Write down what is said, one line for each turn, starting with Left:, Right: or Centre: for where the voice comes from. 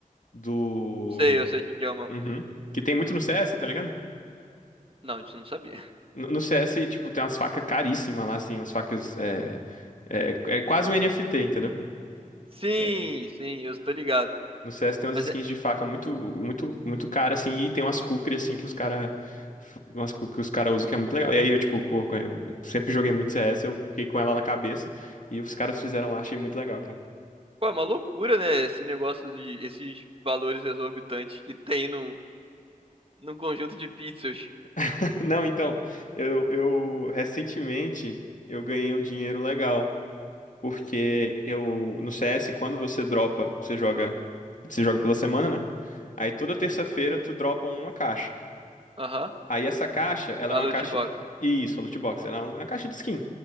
Left: do...
Right: Sei, eu sei o que que é uma.
Left: Uhum. Que tem muito no CS, tá ligado?
Right: Não, isso eu não sabia. <laughs>
Left: No no CS, tipo, tem umas facas caríssimas lá, assim, umas facas. É, é, é quase um NFT, entendeu?
Right: Sim,
Left: É,
Right: sim, eu tô ligado.
Left: no CS tem umas
Right: Mas
Left: skins
Right: é,
Left: de faca muito, muito, muito cara, assim, e tem umas kukri, assim, que os cara. Umas kukri que os cara usam que é muito legal. E aí eu, tipo, pô, eu sempre joguei muito CS, eu fiquei com ela na cabeça, e os caras fizeram lá, achei muito legal, cara.
Right: pô, é uma loucura, né? Esse negócio de esses valores exorbitantes que tem no, num conjunto de pixels.
Left: <laughs> Não, então, eu, eu recentemente eu ganhei um dinheiro legal, porque eu, no CS, quando você dropa, você joga. Você joga pela semana, né? Aí toda terça-feira tu dropa uma caixa.
Right: Aham,
Left: Aí essa caixa, ela
Right: a
Left: é uma
Right: loot
Left: caixa.
Right: box.
Left: Isso, a loot box. Ela é uma caixa de skin.